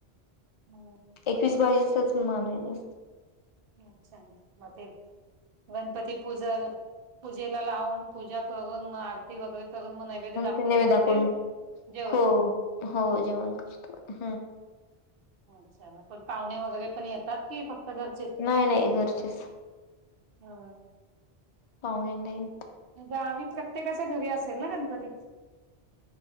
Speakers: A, on the right; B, on the left.
A: हो.
B: एकवीस भाजीचाच मान ये.
A: अच्छा मग ते गणपती पूजल पूजेला लावून पूजा करून मग आरती वगैरे करून मग नैवेद्य दाखवून
B: ते नैवेद्य
A: मग
B: दाखवून
A: ते जेवतो.
B: हो हो जेवण करतोस.
A: अच्छा मग पण पाहुणे वगैरे पण येतात कि फक्त घरचे
B: नाही नाही घरचेच
A: हा
B: पाहुणे नाही.
A: गावी प्रत्येकाच्या घरी असेल ना गणपती